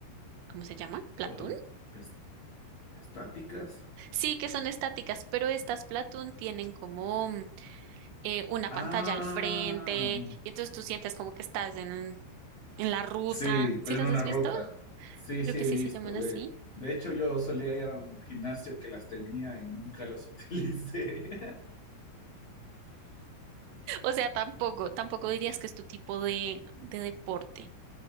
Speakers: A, on the right; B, on the left.
A: ¿cómo se llama? ¿Platón?
B: ¿Cuál? Es- ¿Estáticas?
A: Sí, que son estáticas, pero estas Platón tienen como mm, eh, una
B: Ah,
A: pantalla al frente y entonces tú sientes como que estás en, en la ruta.
B: sí,
A: ¿Sí
B: en
A: las
B: una
A: has
B: ruta.
A: visto?
B: Sí,
A: Creo
B: sí
A: que
B: he
A: sí
B: visto.
A: se llaman así.
B: De, de hecho, yo solía ir a un gimnasio que las tenía y nunca los <laughs> utilicé.
A: O sea, tampoco, tampoco dirías que es tu tipo de, de deporte.